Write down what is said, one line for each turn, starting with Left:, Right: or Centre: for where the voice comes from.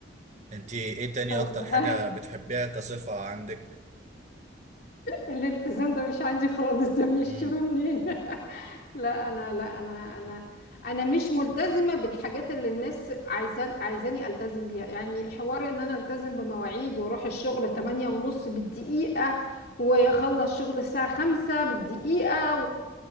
Right: انت ايه تاني
Left: طيب
Right: اكتر
Left: <laughs>
Right: حاجه بتحبيها كصفه عندك
Left: الالتزام ده مش عندي خالص ده بيشتروه
Right: امم
Left: منين لا انا لا انا انا انا مش ملتزمه بالحاجات اللي الناس عايزه عايزاني التزم بيها يعني حوار ان انا التزم بمواعيد واروح الشغل 8 ونص بالدقيقه واخلص شغل الساعه 5 بالدقيقه